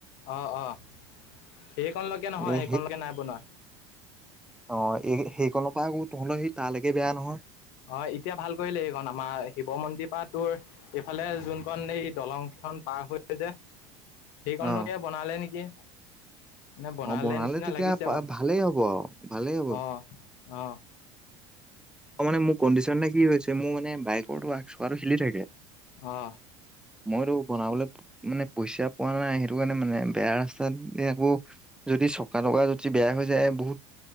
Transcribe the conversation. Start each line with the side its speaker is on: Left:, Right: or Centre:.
Left: অঁ অঁ, সেইকণ লৈকে নহয়
Centre: এই
Left: সেইকণ লৈকে নাই বনোৱা।
Centre: অঁ এই সেইকণৰ পৰা বোলো তহঁতৰ সেই তালৈকে বেয়া নহয়।
Left: অ' এতিয়া ভাল কৰিলে এইকণ আমাৰ শিৱ মন্দিৰ পৰা তোৰ এইফালে যোনখন এই দলং খন পাৰ হৈ যায় যে সেইকণ
Centre: অ
Left: লৈকে বনালে নেকি। মানে বনালে
Centre: অ
Left: নিচিনা
Centre: তেতিয়া
Left: লাগিছে
Centre: পা-
Left: বাৰু।
Centre: ভালেই হ'ব আৰু ভালেই হ'ব
Left: অ' অঁ।
Centre: অ মানে মোৰ কণ্ডিশন নে কি হৈছে মোৰ মানে বাইকৰ আগ চকাটো হিলি থাকে।
Left: অ'
Centre: মইতো বনাবলে মানে পইচা পোৱা নাই সেইটো কাৰণে মানে বেয়া ৰাস্তাত আকৌ - যদি চকা টকা যদি বেয়া হৈ যায় বহুত